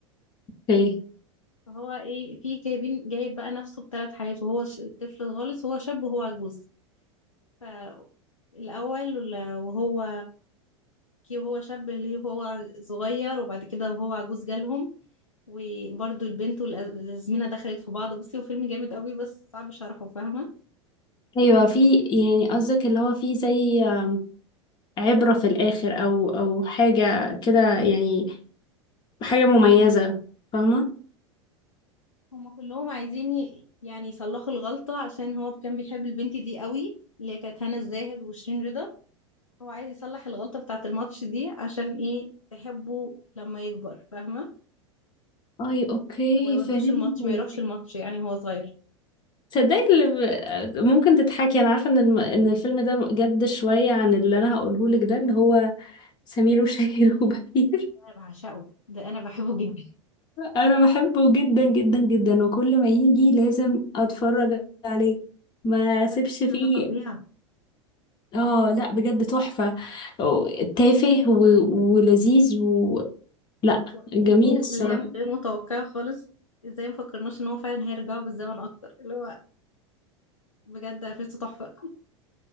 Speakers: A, on the left (about 30°); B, on the left (about 90°).
A: ايه
B: فهو ايه في جايبين جايب بقى نفسه بثلاث حالات وهو ش- طفل خالص وهو شاب وهو عجوز فالأول وهو كي وهو شاب ليه وهو صغير وبعد كده وهو عجوز جالهم وبرضه البنت والأزمنة دخلت في بعض بصي هو فيلم جامد قوي بس صعب شرحه فاهمة
A: ايوه في يعني قصدك اللي هو في زي آم، عبرة في الاخر او او حاجة كده يعني حاجة مميزة فاهمة
B: هما كلهم عايزين ي- يعني يصلحوا الغلطة عشان هو كان بيحب البنت دي قوي اللي هي كانت هنا الزاهد وشيرين رضا هو عايز يصلح الغلطة بتاعة الماتش دي عشان ايه تحبه لما يكبر فاهمة
A: اي اوكي
B: انه ما يودوش
A: فهمتك
B: الماتش ما يروحش الماتش يعني هو صغير
A: تصدقي اللي ب- ممكن تضحكي انا عارفه ان الم... ان الفيلم ده جد شويه عن اللي انا هقوله لك ده اللي هو سمير وشهير <laughs> وبهير
B: انا بعشقه ده انا بحبه جدا
A: انا بحبه جدا جدا جدا وكل ما يجي لازم اتفرج عليه ما
B: انا
A: اسيبش
B: الفيلم
A: فيه
B: ده فظيع
A: اه لا بجد تحفه تافه و... ولذيذ و... لا
B: وقفلته
A: جميل الصراحه
B: اللي هي غير متوقعة خالص ازاي مفكرناش ان هو فعلا هيرجعوا بالزمن اكتر اللي هو بجد قفلته تحفة